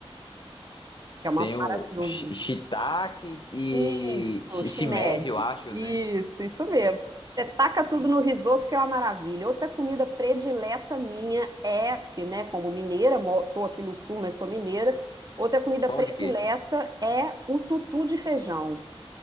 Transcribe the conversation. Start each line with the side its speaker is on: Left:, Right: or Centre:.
Right: que é uma
Left: Tem
Right: maravilhoso.
Left: o shi- shiitake e
Right: Isso,
Left: shi-
Right: shimeji.
Left: shimeji, eu acho,
Right: Isso,
Left: né?
Right: isso mesmo. Uhum. Você taca tudo no risoto, que é uma maravilha. Outra comida predileta minha é, porque, né, como mineira, mo- tô aqui no sul, mas sou mineira. Outra comida
Left: Pão
Right: predileta
Left: de queijo.
Right: é o tutu de feijão.